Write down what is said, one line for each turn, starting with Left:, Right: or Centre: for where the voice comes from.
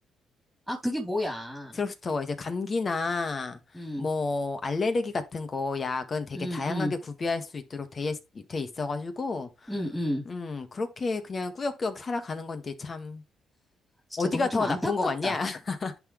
Centre: 아, 그게 뭐야.
Left: 드럭스토어 이제 감기나
Centre: 음,
Left: 뭐 알레르기 같은 거 약은 되게
Centre: 음,
Left: 다양하게
Centre: 음,
Left: 구비할 수 있도록 돼, 있- 돼 있어가지고,
Centre: 음, 음.
Left: 음, 그렇게 그냥 꾸역꾸역 살아가는 건지 참
Centre: 진짜
Left: 어디가
Centre: 너무 좀
Left: 더
Centre: 안타깝다.
Left: 나쁜 거 같냐? <laughs>